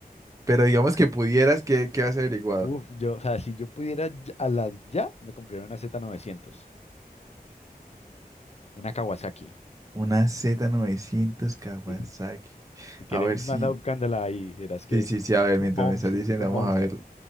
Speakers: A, on the right (about 20°); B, on the left (about 40°).
A: Pero digamos que pudieras, ¿qué, qué has averiguado?
B: Uf, yo, o sea, si yo pudiera ya- a las ya, me compraría una Z900, una Kawasaki.
A: Una Z900 Kawasaki.
B: sí. Si quieres,
A: A ver
B: manda
A: si...
B: buscándola ahí. Verás que
A: Sí, sí, sí, a ver,
B: un
A: mientras
B: monstruo,
A: me estás diciendo,
B: es un monstruo.
A: vamos a ver.